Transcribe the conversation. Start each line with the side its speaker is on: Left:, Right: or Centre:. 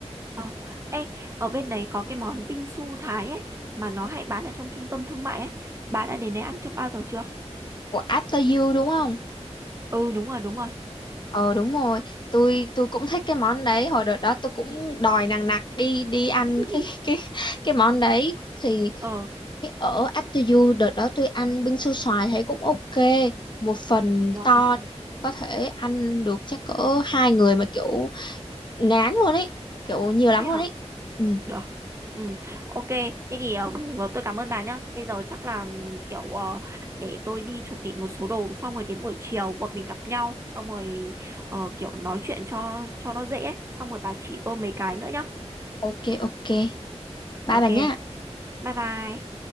Right: ờ. Ê, ở bên đấy có cái món bingsu su Thái ấy mà nó hay bán ở trong trung tâm thương mại ấy. Bà đã đến đấy ăn cho bao giờ chưa?
Left: của After You đúng không
Right: Ừ, đúng rồi, đúng rồi.
Left: ờ đúng rồi tôi tôi cũng thích cái món đấy hồi đợt đó tôi cũng
Right: Ừ.
Left: đòi nằng nặc đi đi ăn
Right: <laughs>
Left: cái <laughs> cái cái món đấy thì
Right: Ờ,
Left: cái ở After You đợt đó tôi ăn bingsu su xoài thấy cũng ok một phần
Right: wow.
Left: to có thể ăn được chắc cỡ hai người mà kiểu ngán luôn ấy kiểu nhiều lắm
Right: Thế
Left: luôn
Right: hả?
Left: ấy ừ
Right: Được. Ừ, ok. Thế thì ờ, <laughs> tôi cảm ơn bà nhá. Bây giờ chắc là ừm, kiểu ờ, để tôi đi chuẩn bị một số đồ xong rồi đến buổi chiều bọn mình gặp nhau xong rồi ờ, kiểu nói chuyện cho cho nó dễ ấy. Xong rồi bà chỉ tôi mấy cái nữa nhá.
Left: ok ok
Right: Ok.
Left: bye bà nhá
Right: Bye bye.